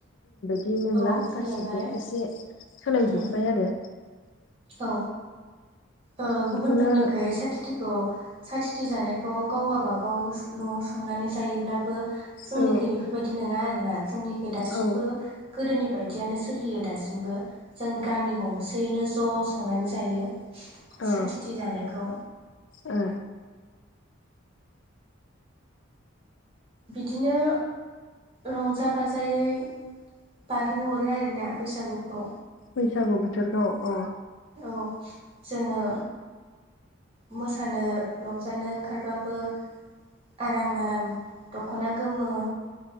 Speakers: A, on the left (about 65°); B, on the right (about 30°).
A: बिदि नंला
B: औ सोलायबाय
A: गासिबो एसे सोलायजोब्बाय
B: उम
A: आरो
B: औ ओ
A: बेखौनो
B: गुबुनफोरनिखै साथि थिखौ साथिथि जानायखौ गाव गाबागाव न'आव संनानै जायोब्लाबो जोंनिखै
A: औ
B: बेफोरबायदि नङा आरोना जोंनिख दासिमबो
A: औ
B: गोदोनि बायदियानो सो सोलियो दासिमबो जों गामि गंसेयैनो ज' संनानै जायो
A: औ
B: साथिथि जानायखौ
A: ओ
B: बिदिनो रंजा बाजायै बारहोहरो आरोना बैसागुखौ
A: बैसागु बोथोरखौ अ
B: औ जोङो मोसानो रंजानो ओंखारबाबो आराम आराम दख'ना गोमो